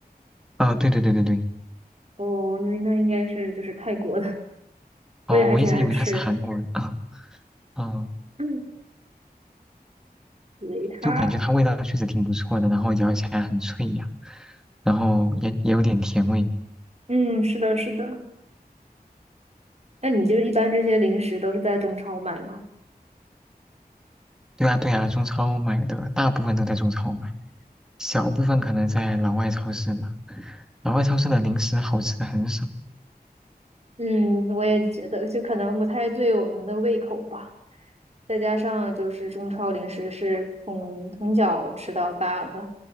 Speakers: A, in the centre; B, on the right.
A: 啊，对对对对对，
B: 哦，那那应该是就是泰国的，我也还挺爱吃。
A: 哦，我一直以为他是韩国人啊，哦，
B: 嗯，维他。
A: 就感觉它味道确实挺不错的，然后咬起来很脆呀，然后也也有点甜味。
B: 嗯，是的，是的。那你就是一般这些零食都是在中超买吗？
A: 对啊对啊，中超买的大部分都在中超买，小部分可能在老外超市的。老外超市的零食好吃的很少。
B: 嗯，我也觉得，就可能不太对我们的胃口吧。再加上就是中超零食是从从小吃到大的，